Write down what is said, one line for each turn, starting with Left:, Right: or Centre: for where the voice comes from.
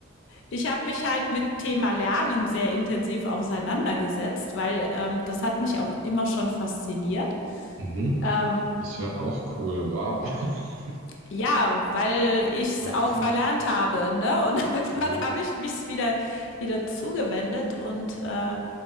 Left: Ich habe mich halt mit Thema Lernen sehr intensiv auseinandergesetzt, weil ähm, das hat mich auch immer schon fasziniert.
Right: Mhm.
Left: Ähm,
Right: Ist ja auch cool. Wow. <laughs>
Left: ja, weil ich es
Right: Macht
Left: auch
Right: Sinn.
Left: verlernt habe, ne? <laughs> Und irgendwann
Right: Mhm.
Left: habe ich mich wieder wieder zugewendet und
Right: Mhm.
Left: äh,